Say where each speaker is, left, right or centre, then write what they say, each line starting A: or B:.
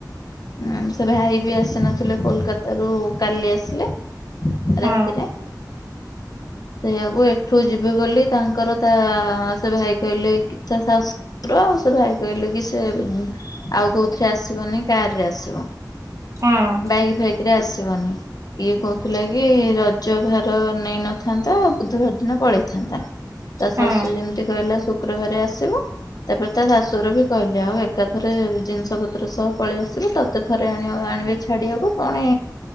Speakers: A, on the left (about 60°); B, on the right (about 45°).
A: ଉଁ ସେ ଭାଇ ବି ଆସି ନଥିଲେ କୋଲକତାରୁ କାଲି ଆସିଲେ।
B: ହଁ
A: ରାତିରେ। ସେଇଆକୁ ଏଠୁ ଯିବେ ବୋଲି ତାଙ୍କର ତା ସେ ଭାଇ କହିଲେ କି ତା ଶାଶ ର ସେ ଭାଇ କହିଲେ କି ସେ ଆଉ କୋଉଥିରେ ଆସିବନି। କାରରେ ଆସିବ।
B: ହଁ।
A: ବାଇକ ଫାଇକରେ ଆସିବନି ଇଏ କହୁଥିଲା କି ରଜ ଭାର ନେଇନଥାନ୍ତା ବୁଧବାର ଦିନ ପଳେଇଥାନ୍ତା ତା ଶାଶୁ
B: ହଁ
A: ଯେମିତି କହିଲା ଶୁକ୍ରବାର ଆସିବ ତାପରେ ତା ଶାଶୁୁର ବି କହିଲେ ଆଉ ଏକାଥରେ ଜିନିଷ ପତ୍ର ସହ ପଳେଇ ଆସିବେ ତତେ ଥରେ ଆଣି ଆଣିବେ ଛାଡିବାକୁ ପୁଣି